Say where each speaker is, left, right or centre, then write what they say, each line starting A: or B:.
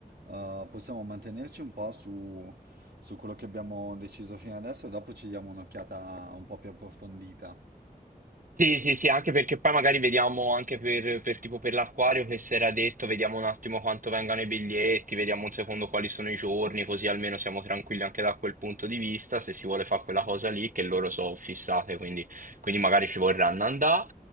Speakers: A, on the right (about 85°); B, on the right (about 55°).
A: eh, possiamo mantenerci un po' su, su quello che abbiamo deciso fino adesso e dopo ci diamo un'occhiata un po' più approfondita.
B: Sì, sì, sì, anche perché poi magari vediamo anche per, per tipo per l'acquario che si era detto, vediamo un attimo quanto vengano i biglietti, vediamo un secondo quali sono i giorni, così almeno siamo tranquilli anche da quel punto di vista, se si vuole fare quella cosa lì, che loro sono fissate, quindi, quindi magari ci vorranno andare.